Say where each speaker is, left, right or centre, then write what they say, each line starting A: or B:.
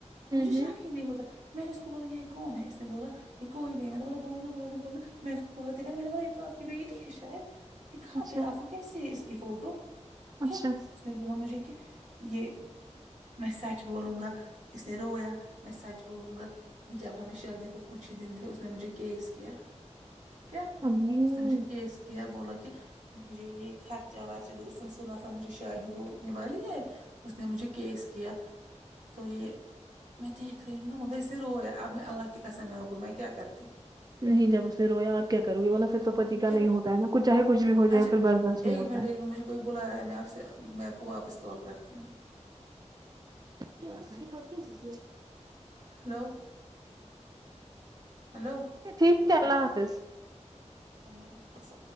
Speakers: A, on the right (about 80°); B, on the right (about 35°).
A: مجھے شک
B: ہوں
A: ہی نہیں ہوتا میں نے اس کو بولا یہ کون ہے اس نے بولا یہ کوئی نہیں میں نے بولا بولو نا بولو بولو میں بات میں نے بولا یہ توآپ کی بیٹی ہے شاید یہ کہاں
B: اچھا
A: پہ آپ کو کیسے ہے اس کی فوٹو
B: اچھا
A: کیا اس نے بولا مجھے کہ یہ میں سچ بولوں گا اس نے رویا میں سچ بولوں گا جب ہمیں شادی کو کچھ ہی دن تھے اس نے مجھے کیس کیا کیا
B: نہیں
A: اس نے مجھے کیس کیا بولا کہ مجھے یہ خرچہ ورچہ اس ورنہ مجھے شادی ہونے والی ہے اس نے مجھے کیس کیا تو یہ میں دیکھ رہی ہوں نا مگر اس نے رویا اب اللہ کی قسم ہوگا اب میں کیا کرتی
B: نہیں جب اسنے رویا کیا کرو گی بھلا پھر تو پتی کا
A: کیا
B: نہیں ہوتا ہے نا چاہے کچھ بھی ہو جائے
A: اچھا
B: پھر برداشت نہیں
A: ایک
B: ہوتا
A: منٹ
B: ہے
A: ایک منٹ مجھے کوئی بلا رہا ہے میں آپ سے میں آپ کو واپس کال کرتی ہوں
B: <unintelligible>
A: ہلو ہلو
B: ٹھیک ہے اللہ حافظ
A: اللہ حافظ